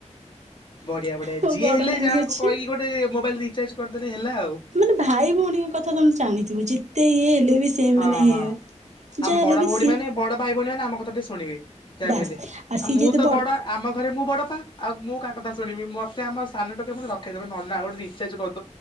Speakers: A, on the left; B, on the right.
A: ବଢିଆ ବଢିଆ
B: ମୋ
A: ଯିଏ
B: ବଡ଼
A: ହେଲେ
B: ନାନୀ
A: ଯାହାକୁ
B: ଅଛି
A: କହିକି ଗୋଟେ ମୋବାଇଲ ରିଚାର୍ଜ କରିଦେଲେ ହେଲା ଆଉ।
B: ମାନେ ଭାଇ ଭଉଣୀଙ୍କ କଥା ତମେ ଜାଣିଥିବ ଯେତେ ଇଏ ହେଲେ ବି ସେ
A: ହଁ
B: ମାନେ
A: ହଁ ଆମେ
B: ଯାହା
A: ବଡ
B: ହେଲେ ବି
A: ଭଉଣୀ
B: ସିଏ
A: ମାନେ ବଡ ଭାଇ ଭଉଣୀ ମାନେ ଆମ କଥା ଟିକେ ଶୁଣିବେ ଯାହା
B: ବାସ୍
A: ବି ହେଲେ।
B: ଆଉ ସିଏ
A: ଆ ମୁଁ
B: ଯେହେତୁ
A: ତ ବଡ ଆମ ଘରେ ମୁଁ ବଡ ପା। ଆଉ ମୁଁ କାହା କଥା ଶୁଣିବି ମତେ ଆମ ସାନ ଟୋକା ମତେ ରଖେଇ ଦବ ନି ନନା ଗୋଟେ ରିଚାର୍ଜ କରି